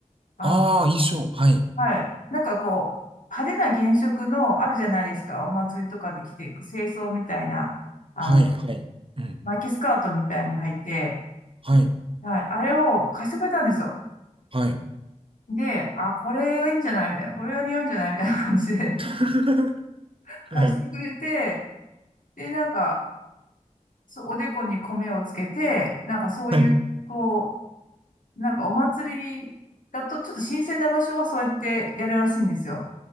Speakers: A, on the left; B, on the right.
A: あの、
B: ああ、衣装。はい。
A: はい。なんかこう、派手な原色のあるじゃないですか。お祭りとかで着ていく清装みたいな、あの、
B: はい。はい。うん。
A: 巻きスカートみたいの履いて、
B: はい。
A: はい。あれを貸してくれたんですよ。
B: はい。
A: で、あ、これがいいんじゃないみたいな。これが似合うんじゃないみたいな感じで
B: <laughs>
A: <laughs>
B: はい。
A: 貸してくれて、で、なんか、そう、おでこに米をつけて、なんかそういう、
B: はい。
A: こう、なんかお祭りだとちょっと新鮮な場所はそうやってやるらしいんですよ。